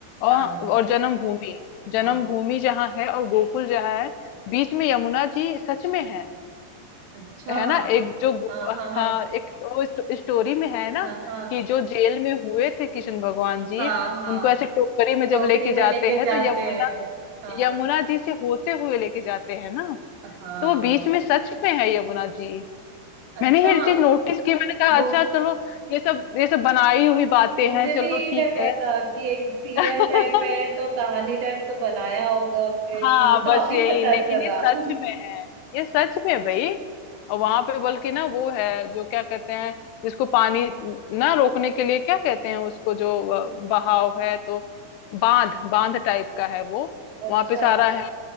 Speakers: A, on the right; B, on the left.
A: हाँ
B: और और जन्मभूमि जन्मभूमि
A: हाँ
B: जहाँ है और गोकुल जहाँ है बीच में यमुना जी सच में है
A: अच्छा
B: है ना एक जो गो-
A: हाँ हाँ हाँ
B: हाँ एक वो स्टोरी में है ना
A: हाँ हाँ
B: कि जो जेल में हुए थे कृष्ण भगवान जी
A: हाँ हाँ
B: उनको ऐसे टोकरी में जब
A: टोकरी
B: लेके जाते
A: में लेके
B: हैं
A: जाते
B: तो यमुना
A: हैं हाँ
B: यमुना जी से होते हुए लेके जाते हैं ना
A: हाँ
B: तो वो बीच
A: अच्छा
B: में सच में है यमुना जी
A: अच्छा
B: मैंने ये चीज नोटिस की मैंने कहा
A: वो
B: अच्छा चलो ये सब ये सब बनाई हुई बातें
A: मुझे
B: हैं चलो
A: भी यही
B: ठीक
A: लगा
B: है
A: था कि एक सीरियल
B: <laughs>
A: टाइप है तो कहानी टाइप तो बनाया होगा आपने।
B: हाँ
A: मुझे तो
B: बस
A: अभी
B: यही
A: पता
B: लेकिन
A: चला
B: ये सच
A: <laughs>
B: में है ये सच में है भाई और वहां पे बल्कि ना वो है जो क्या कहते हैं जिसको पानी ना रोकने के लिए क्या कहते हैं उसको जो अ, बहाव है तो बांध बांध टाइप का है वो
A: अच्छा
B: वहां पे सारा है